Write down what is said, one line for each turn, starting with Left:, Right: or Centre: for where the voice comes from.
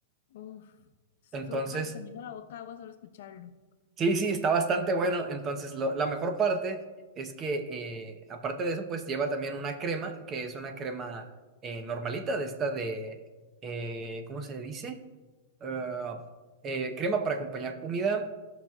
Left: Uf. So-
Right: Entonces
Left: bueno, se me hizo la boca agua solo escucharlo.
Right: Sí, sí, está bastante bueno. Entonces, lo- la mejor parte es que, eh, aparte de eso, pues lleva también una crema, que es una crema eh, normalita, de esta de, eh, ¿cómo se dice? Ah, eh, crema para acompañar comida.